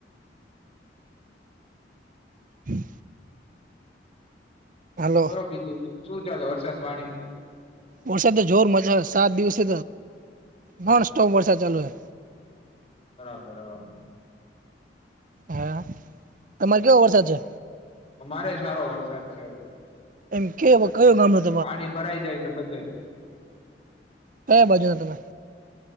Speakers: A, on the right; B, on the left.
A: હમ. હાલો
B: કહો બીજું શું ચાલે વરસાદ પાણી?
A: વરસાદ તો જોર મજા સાત દિવસે નોનસ્ટોપ વરસાદ ચાલુ છે.
B: બરાબર હા.
A: હા, તમારે કેવો વરસાદ છે?
B: અમારે સારો વરસાદ છે.
A: એમ કે કયો ગામ હતો?
B: પાણી ભરાઈ જાય છે બધે.
A: તમે ક્યાં બાજુના છે?